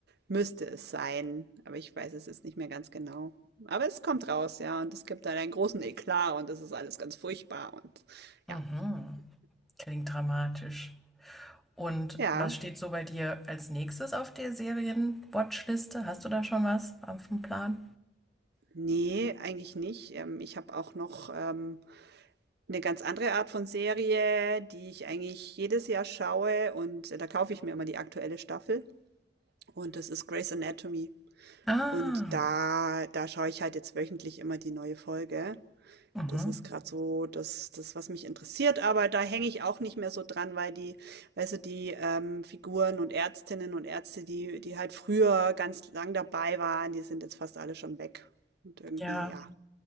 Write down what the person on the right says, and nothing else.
müsste es sein. Aber ich weiß es jetzt nicht mehr ganz genau. Aber es kommt raus, ja. Und es gibt dann einen großen Eklat und es ist alles ganz furchtbar. Und
ja,
ja.
Nee, eigentlich nicht. Ähm, ich habe auch noch ähm, eine ganz andere Art von Serie, die ich eigentlich jedes Jahr schaue. Und äh, da kaufe ich mir immer die aktuelle Staffel. Und das ist Grey's Anatomy.
Und da da schaue ich halt jetzt wöchentlich immer die neue Folge.
Das ist gerade so das das, was mich interessiert, aber da hänge ich auch nicht mehr so dran, weil die weißt du, die, ähm, Figuren und Ärztinnen und Ärzte, die die halt früher ganz lang dabei waren, die sind jetzt fast alle schon weg. Und irgendwie,
ja.